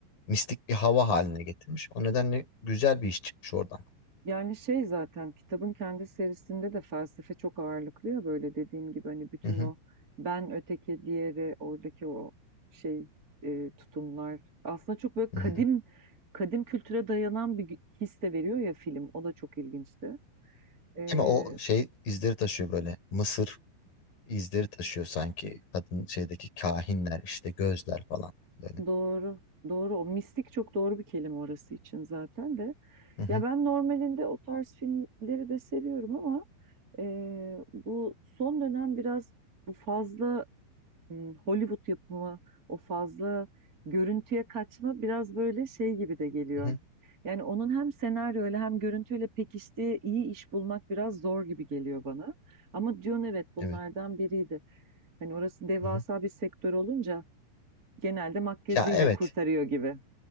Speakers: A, on the left (about 45°); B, on the right (about 20°).
A: mistik bir hava haline getirmiş. O nedenle güzel bir iş çıkmış oradan.
B: yani şey zaten kitabın kendi serisinde de felsefe çok ağırlıklı ya böyle dediğim gibi hani bütün
A: Hı hı,
B: o ben öteki diğeri oradaki o şey e, tutumlar aslında çok böyle kadim
A: hı hı.
B: kadim kültüre dayanan bir his de veriyor ya film o da çok ilginçti. E,
A: Ama o şey izleri taşıyor böyle. Mısır izleri taşıyor sanki. Kadın şeydeki kahinler işte gözler falan böyle.
B: doğru doğru o mistik çok doğru bir kelime orası için zaten de.
A: Hı hı,
B: Ya ben normalinde o tarz filmleri de seviyorum ama eee, bu son dönem biraz bu fazla hmm, Hollywood yapımı, o fazla görüntüye kaçma biraz böyle şey gibi de geliyor.
A: hı hı.
B: Yani onun hem senaryoyla hem görüntüyle pekiştiği iyi iş bulmak biraz zor gibi geliyor bana. Ama Dune evet bunlardan
A: Evet.
B: biriydi. Hani orası devasa
A: Hı hı.
B: bir sektör olunca genelde makyajıyla
A: Ya evet.
B: kurtarıyor gibi.